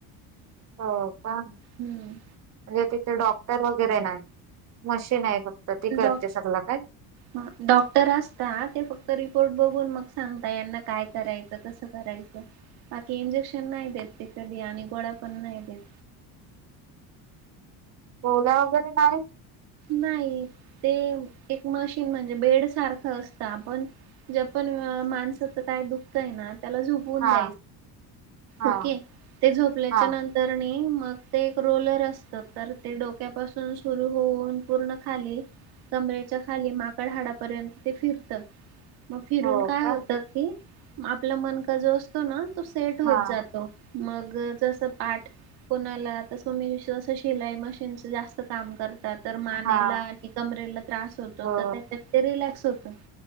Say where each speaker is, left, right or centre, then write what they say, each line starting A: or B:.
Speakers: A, on the right (about 40°); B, on the right (about 70°).
A: हो का?
B: हुं.
A: म्हणजे तिथे डॉक्टर वगैरे नाही मशीन आहे. फक्त ती करते
B: डॉ
A: सगल काय
B: हा डॉक्टर असतात ते फक्त रिपोर्ट बघून मग सांगता यांना काय करायचं कसं करायचं. बाकी इंजेक्शन नाही देत ते कधी आणि गोळ्या पण नाही देत.
A: गोळ्या वगैरे नाही.
B: नाही ते एक मशीन म्हणजे बेड सारखं असतं आपण ज्या पण माणसाच काय दुखतं ना त्याला झोप
A: हा
B: द
A: हा
B: ओके ते झोपल्याच्या
A: हा
B: नंतर तर णी मग ते एक रोलर असत तर ते डोक्यापासून सुरू होऊन पूर्ण खाली कमरेच्या खाली माकड हाडापर्यंत ते फिरत. मग फिरून
A: हो
B: काय
A: का
B: होतात की आपला मनका जो असतो ना तो सेट होत
A: हा
B: जातो. मग जसं पाठ कोणाला आता तुम्ही <unintelligible> जास्त शिलाई मशीनचं जास्त काम करत तर मानेला
A: हा
B: आणि कमरेला त्रास होतो
A: हो
B: तर त्याच्यात ते रिलॅक्स होत.